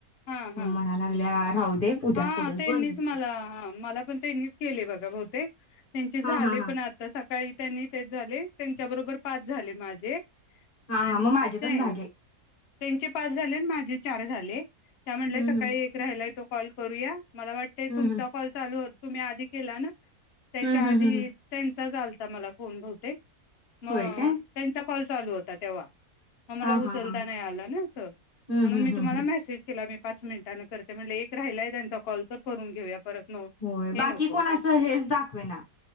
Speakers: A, on the left; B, on the left.
A: हा, हा,
B: मग म्हणा लागल्या राहू दे उद्या
A: हा
B: करूया.
A: त्यांनीच
B: बरं म्हटलं.
A: मला हा मला पण त्यांनीच केले बघा बहूतेक त्यांचे झाले
B: हा हा हा
A: पण आता सकाळी त्यांनी तेच झाले त्यांच्या बरोबर पाच झाले माझे
B: हा
A: आणि
B: हा मग माझे पण
A: ते
B: झाले.
A: त्यांचे पाच झाले न माझे चार झाले. त्या म्हटल्या
B: हम्म
A: सकाळी
B: हम्म
A: एक राहिलाय तो कॉल करूया? मला वाटतंय
B: हं,
A: तुमचा
B: हं.
A: कॉल चालू होत तुम्ही आधी केला ना. त्याच्या
B: हं,
A: आधी
B: हं, हं, हं.
A: त्यां -चाच आलता मला फोन बहुतेक मग
B: होय काय?
A: त्यांचा कॉल चालू होता तेव्हा. म मला
B: हां, हां,
A: उचलता
B: हां, हां.
A: नाही आला ना अस म्हणून
B: हं, हं,
A: मी
B: हं,
A: तुम्हाला
B: हं.
A: मेसेज तीला मी पाच मिनिटांंन करते म्हणल एक राहिलाय त्यांचा कॉल तर करून घेऊया. परत न
B: होय
A: हे
B: बाकी
A: नको
B: कोण अस हेच दाखवे ना,